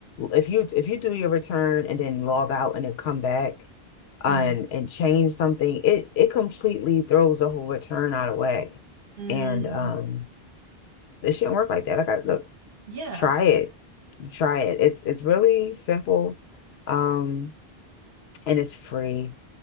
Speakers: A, on the left (about 80°); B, on the right (about 60°).
A: if you if you do your return and then log out and then come back uh,
B: hmm
A: and and change something, it it completely throws the whole return out of whack.
B: Mm,
A: And um, it shouldn't work like that. Like I look,
B: yeah.
A: try it, try it. It's it's really simple, um, and it's free.